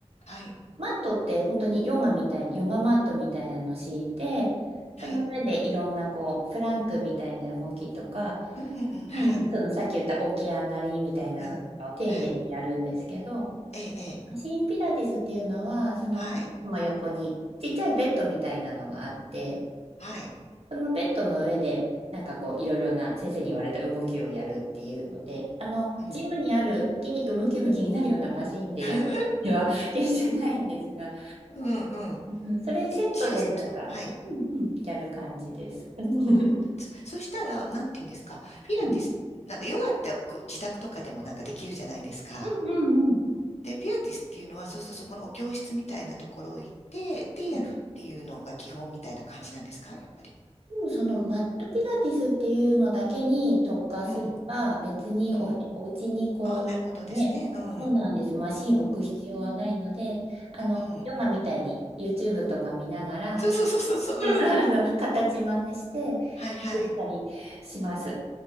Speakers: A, on the left; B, on the right.
A: はい、
B: マットって本当にヨガみたいに、ヨガマットみたいなのを敷いて、その上でいろんなこう、
A: はい、
B: プランクみたいな動きとか、
A: うん、うん、うんはい、
B: うんうん、そのさっき言った起き上がりみたいなのを丁寧にやるんですけど、
A: うん、はい、ええ、ええ
B: マシンピラティスっていうのは、その、
A: はい、
B: その横にちっちゃいベッドみたいなのがあって、
A: はい、
B: そのベッドの上で、なんかこう、いろいろな先生に言われた動きをやるっていうので、あの、
A: うん。
B: ジムにある筋肉ムキムキになるようなマシンでやるでは
A: <laughs>
B: <laughs> 決してないんですが、
A: うん、うん。
B: うん、それセットでなんか、
A: 一応そう、はい。
B: うんうん、やる感じです。<laughs>
A: ああ、そ、そしたら、なんて言うんですかピラティス、
B: うん
A: なんかヨガってこう自宅とかでもなんかできるじゃないですか。
B: うんうんうん。
A: で、ピラティスっていうのは、そうするとそこのお教室みたいなところ行って、で、
B: うん
A: やるっていうのが基本みたいな感じなんですかやっぱり。
B: でもそのマットピラティスっていうのだけに特化すれば別におへ、
A: うん、うん。
B: お家にこう、
A: ああ、なるほどですね。
B: ね、
A: うん。
B: そうなんです。マシン置く必要はないので、
A: うん、うん。
B: あの、
A: うん
B: ヨガみたいに YouTube とか見ながら、
A: そうそうそうそうそう。
B: <laughs> そうそう、あの、
A: うん。
B: 形真似して
A: はいはい。
B: できたりします。